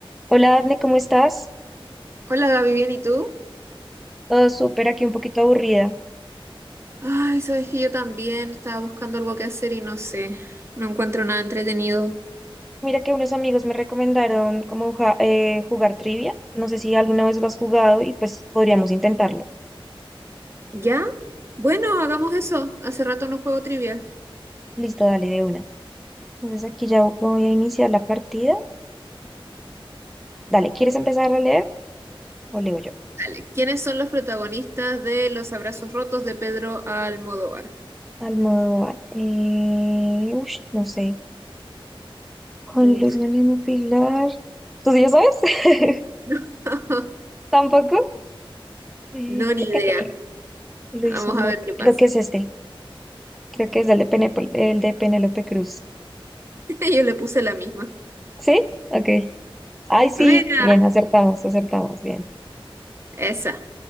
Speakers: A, in the centre; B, on the right (about 30°).
A: Hola, Dafne, ¿cómo estás?
B: Hola Gaby, ¿bien y tú?
A: Todo súper, aquí un poquito aburrida.
B: Ay, sabes que yo también estaba buscando algo que hacer y no sé, no encuentro nada entretenido.
A: Mira que unos amigos me recomendaron como ja- eh, jugar trivia. No sé si alguna vez lo has jugado y pues podríamos intentarlo.
B: ¿Ya? Bueno, hagamos eso. Hace rato no juego trivia.
A: Listo, dale de una. Entonces aquí ya voy a iniciar la partida. Dale, ¿quieres empezar a leer o leo yo?
B: Dale, ¿quiénes son los protagonistas de Los Abrazos Rotos de Pedro Almodóvar?
A: Almodóvar. Eh, ush, no sé. Juan
B: Uf,
A: Luis Galeno Pilar. ¿Tú sí ya sabes? <laughs>
B: <laughs>
A: ¿Tampoco? Eh,
B: no, ni idea.
A: eh, Luis
B: Vamos
A: Omar.
B: a ver qué pasa.
A: Creo que es este. Creo que es el de Penepo- el de Penélope Cruz.
B: <laughs> Yo le puse la misma.
A: ¿Sí? Ok. Ay, sí,
B: Mira,
A: bien, acertamos, acertamos, bien.
B: esa.